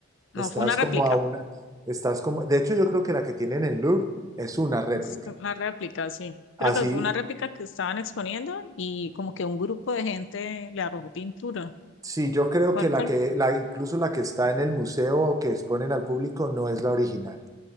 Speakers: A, on the left (about 60°); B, on the right (about 15°).
A: no,
B: estás
A: fue una réplica,
B: como a una, estás como, de hecho yo creo que la que tienen en Louvre es una réplica.
A: es una réplica, sí.
B: Así,
A: Creo que fue una réplica que estaban exponiendo y como que un grupo de gente le arrojó pintura.
B: sí, yo creo
A: ¿Cuál
B: que la
A: fue
B: que,
A: el-
B: la, incluso la que está en el museo o que exponen al público no es la original.